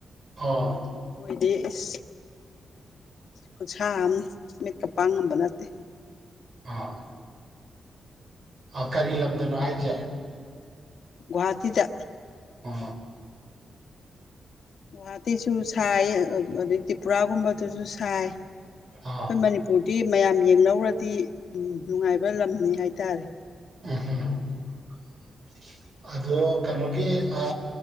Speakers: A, on the right; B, on the left.
A: ꯑꯣ
B: ꯃꯣꯏꯗꯤ ꯏꯁ ꯈꯨꯠꯁꯥ ꯑꯝ ꯃꯤꯠꯀꯞ ꯄꯥꯡꯉꯝꯕ ꯅꯠꯇꯦ
A: ꯑ ꯑ ꯀꯔꯤ ꯂꯝꯗꯅꯣ ꯍꯥꯏꯖ
B: ꯒꯤꯍꯥꯥꯇꯤꯗ
A: ꯑ
B: ꯒꯨꯍꯥꯇꯤꯁꯨ ꯁꯥꯏ ꯑꯗꯨꯗꯩ ꯇ꯭ꯔꯤꯄꯨꯔꯥꯒꯨꯝꯕꯗꯨꯁꯨ ꯁꯥꯏ
A: ꯑꯥ
B: ꯑꯀꯣꯏ ꯃꯅꯤꯄꯨꯔꯗꯤ ꯃꯌꯥꯝ ꯌꯦꯡꯅꯧꯔꯗꯤ ꯅꯨꯡꯉꯥꯏꯕ ꯂꯝꯅꯤ ꯍꯥꯏꯇꯥꯔꯦ
A: <unintelligible> ꯑꯗꯨ ꯀꯩꯅꯣꯒꯤ ꯑ